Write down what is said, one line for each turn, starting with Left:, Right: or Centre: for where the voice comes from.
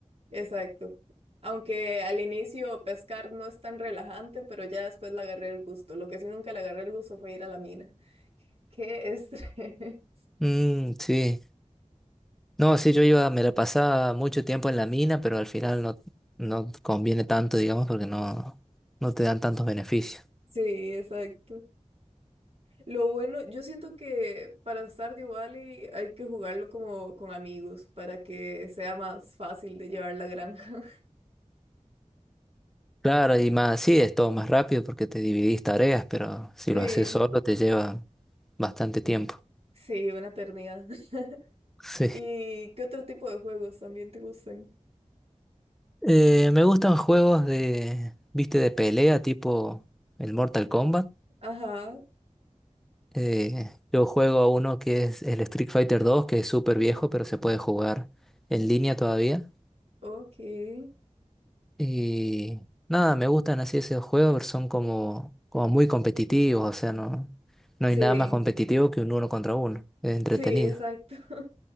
Right: exacto. Aunque al inicio pescar no es tan relajante, pero ya después le agarré el gusto. Lo que sí nunca le agarré el gusto fue ir a la mina. Qué estrés. <laughs>
Centre: Mm, sí. No, sí, yo iba, me la pasaba mucho tiempo en la mina, pero al final no, no conviene tanto, digamos, porque no, no te dan tantos beneficios.
Right: Sí, exacto. Lo bueno, yo siento que para Stardew Valley hay que jugarlo como con amigos para que sea más fácil de llevar la granja. <laughs>
Centre: Claro, y más, sí, es todo más rápido porque te dividís tareas, pero si
Right: Sí,
Centre: lo haces solo te lleva bastante tiempo. <laughs>
Right: sí, una eternidad. <laughs>
Centre: Sí.
Right: ¿Y qué otro tipo de juegos también te gustan?
Centre: Eh, me gustan juegos de, viste, de pelea tipo el Mortal Kombat.
Right: Ajá,
Centre: Eh, yo juego a uno que es el Street Fighter dos que es súper viejo, pero se puede jugar en línea todavía.
Right: ok.
Centre: Y nada, me gustan así esos juegos, pero son como, como muy competitivos, o sea, no, no
Right: Sí,
Centre: hay nada más competitivo que un uno contra uno. Es entretenido.
Right: sí, exacto. <laughs>